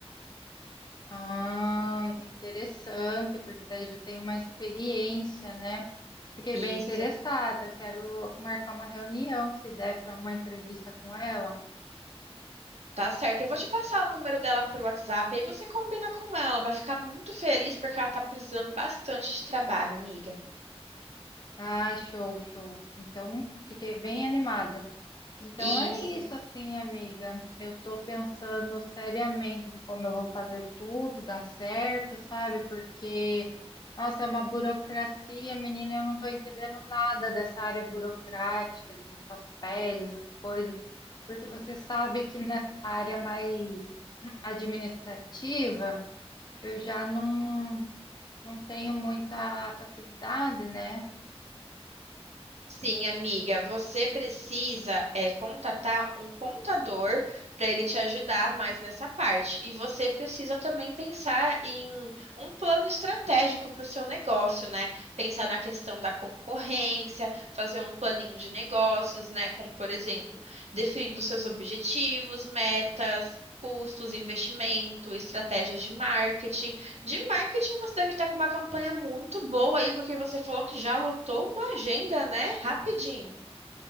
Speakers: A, on the left; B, on the right.
A: Ah, interessante, porque daí já tenho uma experiência, né? Fiquei bem
B: Isso,
A: interessada, quero marcar uma reunião, se der para uma entrevista com ela.
B: tá certo. Eu vou te passar o número dela pro WhatsApp, aí você combina com ela. Vai ficar muito feliz porque ela tá precisando bastante de trabalho, amiga.
A: Ah, show, show. Então, fiquei bem animada. Então
B: Isso.
A: é isso, assim, amiga. Eu tô pensando seriamente em como eu vou fazer tudo dar certo, sabe? Porque, nossa, é uma burocracia, menina, eu não tô entendendo nada dessa área burocrática, desses papéis, essas coisas. Porque você sabe que nessa área mais administrativa, eu já não, não tenho muita facilidade, né?
B: Sim, amiga, você precisa é, contatar um contador para ele te ajudar mais nessa parte. E você precisa também pensar em um plano estratégico para o seu negócio, né? Pensar na questão da concorrência, fazer um planinho de negócios, né? Como, por exemplo, definindo seus objetivos, metas. Custos, investimento, estratégias de marketing. De marketing, você deve estar com uma campanha muito boa aí, porque você falou que já lotou uma agenda, né? Rapidinho.